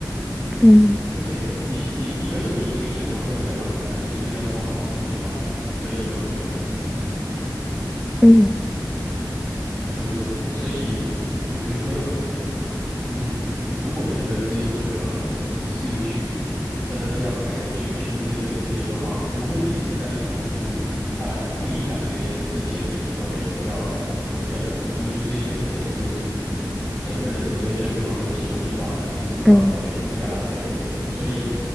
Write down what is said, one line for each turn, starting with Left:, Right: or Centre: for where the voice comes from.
Centre: 嗯
Right: 而且你你你，而且你已经选好了你的方向，你就是要做好美妆这一个部分的，
Centre: 嗯
Right: 是不是？所以我觉得。嗯嗯，如果你真的是有这个兴趣，真的是要开始去拼这一个事业的话，无论你是在读书，当然不影响学业是前提，OK，不要我呃，读书这一个时间是整个人生里面最美好的其中一段时光，OK，
Centre: 嗯，
Right: 不要浪费。所以